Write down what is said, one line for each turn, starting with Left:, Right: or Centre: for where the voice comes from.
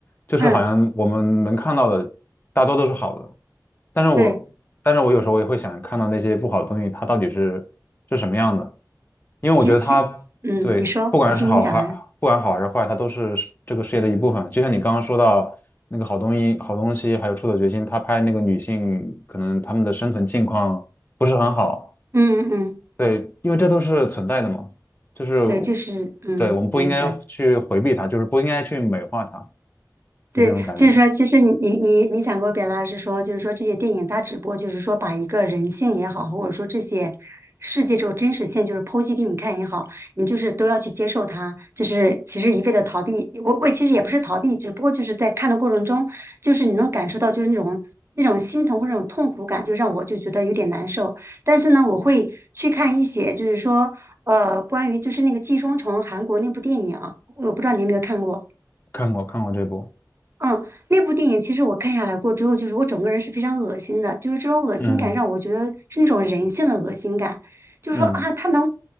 Left: 就是好像我们能看到的大多都是好的，
Right: 嗯，
Left: 但是我但是我有时候也会想看到那些不好的东西，
Right: 对，
Left: 它到底是是什么样的。因为我觉得它
Right: 其其，嗯，
Left: 对，
Right: 你说，
Left: 不管是好还不管好还是坏，
Right: 我听你讲完。
Left: 它都是事这个事业的一部分。就像你刚刚说到那个好东西、好东西，还有出走决心，他拍那个女性，可能她们的生存境况不是很好。
Right: 嗯嗯，
Left: 对，因为这都是存在的嘛，就是
Right: 对，就是嗯，
Left: 对我们不应该去回避它，
Right: 明白。
Left: 就是不应该去美化它，
Right: 对，
Left: 就这种感觉。
Right: 就是说，其实你你你你想给我表达的是说，就是说这些电影它只不过就是说把一个人性也好，或者说这些世界这种真实性，就是剖析给你看也好，你就是都要去接受它。就是其实一味的逃避，我我其实也不是逃避，只不过就是在看的过程中，就是你能感受到就是那种那种心疼或者那种痛苦感，就让我就觉得有点难受。但是呢，我会去看一些就是说呃关于就是那个《寄生虫》韩国那部电影啊，我不知道你有没有看过。
Left: 看过看过这部，
Right: 嗯，那部电影其实我看下来过之后，就是我整个人是非常恶心的，就是这种恶心感让我觉得是那种人性的恶心感，
Left: 嗯
Right: 就是说啊，
Left: 嗯。
Right: 他能，